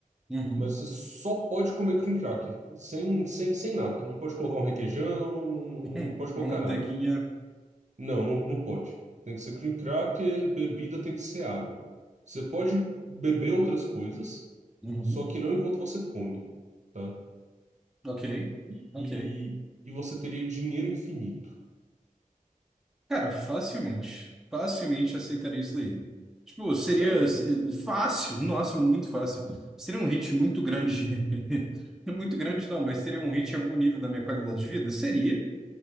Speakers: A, in the centre; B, on the right (about 55°).
A: Uhum,
B: Mas você só pode comer cream cracker, sem, sem, sem nada. Não pode colocar um requeijão, não,
A: <laughs> uhum,
B: não pode colocar
A: uma manteiguinha.
B: nada. Não, não, não pode. Tem que ser cream cracker, bebida tem que ser água. Você pode beber outras coisas,
A: Uhum,
B: só que não enquanto você come, tá?
A: ok,
B: E,
A: ok.
B: e você teria dinheiro infinito.
A: Cara, facilmente, facilmente aceitaria isso daí. Tipo, seria
B: Sério,
A: se-
B: cara?
A: fácil, nossa, muito fácil. Seria um hit muito grande. <laughs> Muito grande não, mas seria um hit em algum nível da minha qualidade de vida? Seria.